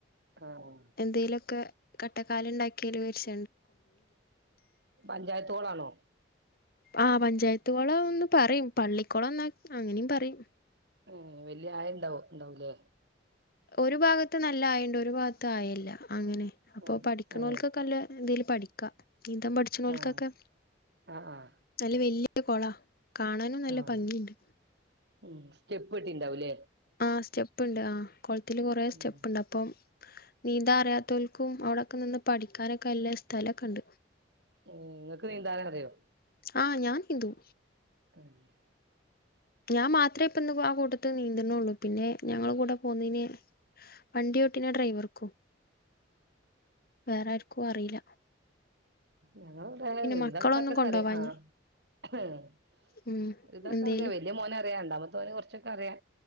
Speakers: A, on the right (about 60°); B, on the left (about 50°).
A: ആഹ്
B: എന്തിലൊക്കെ കട്ടക്കലിണ്ടാകീല് വെച്ച്
A: പഞ്ചയത്തോളാണോ
B: ആ പഞ്ചായത്ത് കോളന്നു പറയ് പള്ളി കോളന്നു അങ്ങനേം പറയും
A: ആ ഏഹ് വെല്ല്യേ ആയം ഇണ്ടാവോ ഇണ്ടാവുലേ
B: ഒരു ഭാഗത്ത് നല്ല ആയണ്ട് ഒരു ഭാഗത്ത് ആയൽ ല അങ്ങനെ അപ്പൊ
A: ആഹ്
B: പഠിക്ക്ണോൽ
A: ഏഹ്
B: ക്കൊക്കെ അല്ലെ എന്തേലും പഠിക്കാ നീന്താം പഠിച്ച്നോൽക്കെക്കെ
A: ആഹ് ആഹ് ആഹ്
B: നല്ല വെല്യെ <unintelligible> കൊളാ കാണാനും നല്ല
A: ആഹ്
B: ഭംഗിയുണ്ട്
A: ഉം സ്റ്റെപ്പെട്ടീണ്ടാവുല്ലേ
B: ആഹ് സ്റ്റെപ്പ്ണ്ട് ആഹ് കൊൾത്തില് കൊറേ സ്റ്റെപ്പ്ണ്ട്
A: ഉം
B: അപ്പം നീന്താൻ അറ്യാത്തോൽ ക്കും അവടെക്കെ ന്ന്ന് പഠിക്കാനൊക്കെ നല്ലെ സ്ഥലൊക്കെണ്ട്
A: ഉം ങ്ങക്ക് നീന്താനറിയോ
B: ആഹ് ഞാൻ നീന്തും
A: <inaudible>
B: ഞാം മാത്രേ പ്പന്ന് ആ കൂട്ടത്ത് നീന്തണൊള്ളൂ പിന്നെ ഞങ്ങളെ കൂടെ പോന്നീനെ വണ്ടി ഓട്ടീന്നെ ഡ്രൈവർക്കും വേറാര് ക്കും അറീല
A: ഞങ്ങളെ ഇവടെ
B: മക്കളൊന്നും
A: വിധാൾക്കാര്
B: കൊണ്ടോവാഞ്ഞെ
A: ആഹ് <unintelligible>
B: ഉം എന്തേലും
A: വെല്ല്യേ മോന രണ്ടാമത്തോന് കൊർച്ചോക്കറ്യാ